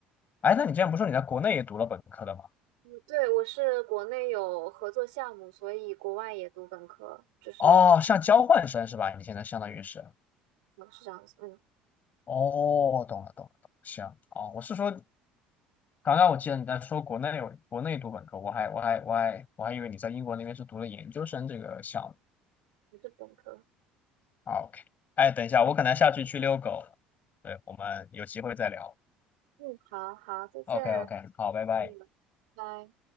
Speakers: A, on the left (about 40°); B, on the right (about 70°).
A: 哎，那你之前不是说你在国内也读了本科的吗？
B: 嗯，对，我是国内有合作项目，所以国外也读本科，就是
A: 哦，像交换生是吧？你现在相当于是。
B: 嗯是这样子，嗯，
A: 哦，懂了懂了懂了，行哦，我是说，刚刚我记得你在说国内有国内读本科，我还我还我还我还以为你在英国那边是读了研究生这个项目
B: 还是本科。
A: 啊，OK，哎，等一下，我可能下去去遛狗了，对，我们有机会再聊
B: 嗯，好好，再见，
A: ，OK OK，好，拜拜。
B: 嗯。拜。